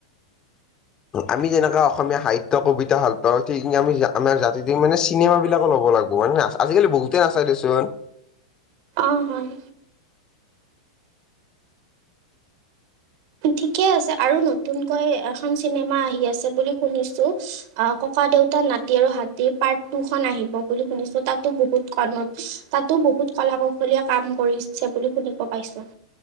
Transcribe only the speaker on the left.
আমি যেনেকা অসমীয়া সাহিত্য কবিতা ভাল পাওঁ ঠিক সেই আমি আমাৰ জাতিটো মানে চিনেমা বিলাকো ল'ব লাগিব হয় নে। আজিকালি বহুতেই নাচাই দেচোন।